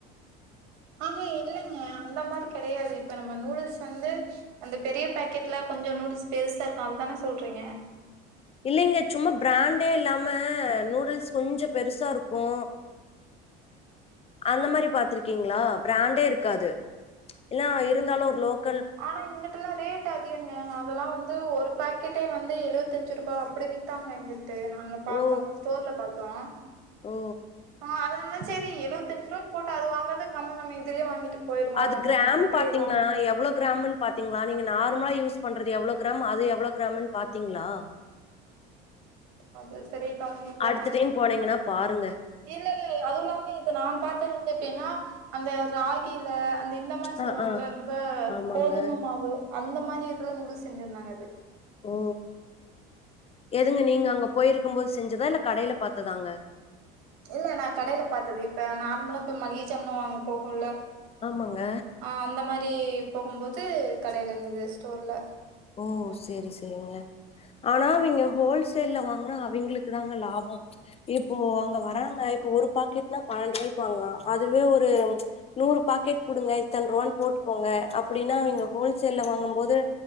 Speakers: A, on the right (about 80°); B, on the left (about 30°).
A: ஆ ஹா இல்லைங்க அந்த மாரி கெடையாது இப்ப நம்ம நூடுல்ஸ் வந்து அந்த பெரிய பாக்கெட்ல கொஞ்ச நூடுல்ஸ் பெருசா இருக்கு அதுதான சொல்றீங்க
B: இல்லைங்க சும்மா ப்ராண்டே இல்லாம நூடுல்ஸ் கொஞ்ச பெருசா இருக்கு அந்த மாரி பாத்துருக்கீங்களா ப்ராண்டே இருக்காது இல்ல இருந்தாலு ஒரு லோக்
A: ஆனா இங்கிட்டெல்லா ரேட் ட்டு அதிகங்க அதெல்லா வந்து ஒரு பாக்கெட்டே வந்து எழுவத்தஞ்சு ரூபா அப்டி வித்தாங்க இங்குட்டு நாங்க பார்த்தோ
B: ஓ!
A: ஸ்டோர்ல பார்த்தோ
B: ஓ!
A: ஆமா அதுனால செரி எழுவத்தஞ்சு ரூபா போட்டு அது வாங்கறதுக்கு கம்மல் நம்ம இதுலயே வாங்கிட்டு போயிருவோ
B: அது
A: அப்டிங்கிற
B: கிராம்
A: மாரி
B: பாத்தீங்னா
A: இது வாங்குச்சு
B: எவ்ளோ கிராமுன் பாத் திங்லா நீங்க நார்மலா யூஸ் பண்றது எவ்ளோ கிராம் அது எவ்ளோ கிராம்னு பாத்தீங்ளா
A: அது சரியா கவனிக்லங்க
B: அடுத்த டைம் போனீங்கன்னா பாருங்க.
A: இல்லல்ல அதுவு இல்லாமே நா பாத்தது வந்து எப்டின்னா அந்த ராகில அந்த இந்தம் இந்த மாரி சொல்லுவாங்கல்ல
B: ஆ, ஆ.
A: ரொம்ப
B: ஆமாங்க.
A: கோதும மாவு அந்த மாரி இதுல நூடுல்ஸ் செஞ்சுருந்தாங்க அது
B: ஓ எதுங்க நீங்க அங்க போயிருக்கும் போது செஞ்சதா இல்ல கடையில பாத்ததாங்க
A: இல்ல நா கடையில பாத்தது இப்ப நார்மலா இப்ப மளிகை சாமனு வாங்க போகுல்ல
B: ஆமாங்க
A: ஆ அந்த மாரி போகும் போது கடையில இருந்துது ஸ்டோர்ல
B: ஓ செரி செரிங்க ஆனா அவிங்க ஹோல்சேல்ல வாங்குனா அவிங்களுக்கு தாங்க லாபோ இப்போ அவுங்க வராங்க இப்போ ஒரு பாக்கெட்னா பன்னெண்டு ரூபாய்க்கு வாங்கலா அதுவே ஒரு நூறு பாக்கெட் குடுங்க இத்தன் ரூவான்னு போட்டுக்கோங்க அப்புடின்னா அவெங்க ஹோல்சேல்ல வாங்கும் போது